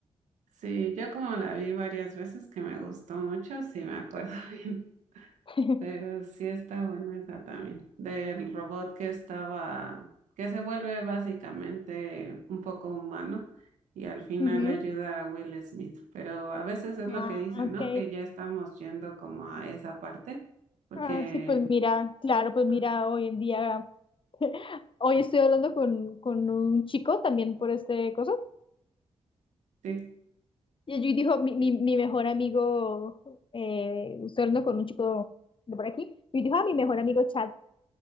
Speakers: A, on the right (about 85°); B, on the left (about 45°).
A: Sí, yo como la vi varias veces que me gustó mucho, sí me acuerdo <laughs> bien,
B: <laughs>
A: pero sí está buena esa también, del robot que estaba, que se vuelve básicamente un poco humano y al final
B: Ujú.
A: ayuda a Will Smith, pero a veces es
B: Ah,
A: lo que dicen,
B: ok.
A: ¿no? Que ya estamos yendo como a esa parte, porque
B: Ah, sí, pues mira, claro, pues
A: ah,
B: mira, hoy en día, <laughs> hoy estoy hablando con, con un chico también por este cosa.
A: sí,
B: Y allí dijo, mi, mi, mi mejor amigo, eh, estoy hablando con un chico de por aquí, y dijo, ah, mi mejor amigo Chat,